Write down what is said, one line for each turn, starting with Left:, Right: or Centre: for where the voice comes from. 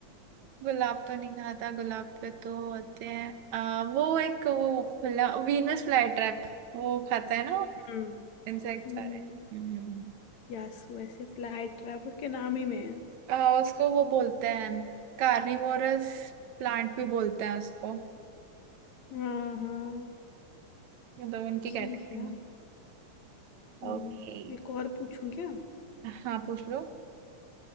Right: गुलाब तो नहीं खाता गुलाब पे तो होते हैं आ, वो एक वो वीनस फ्लाई ट्रैप वो खाता है ना
Left: हम्म
Right: इंसेक्ट
Left: हम्म
Right: सारे हम्म
Left: यस वैसे फ्लाई ट्रैप उसके नाम ही में है
Right: आ, उसको वो बोलते हैं कार्निवोरस प्लांट भी बोलते हैं उसको
Left: हाँ हाँ
Right: मतलब उनकी
Left: ठीक
Right: कैटेगरी
Left: है
Right: में
Left: हम्म
Right: ओके
Left: एक और पूछूं क्या
Right: हाँ पूछ लो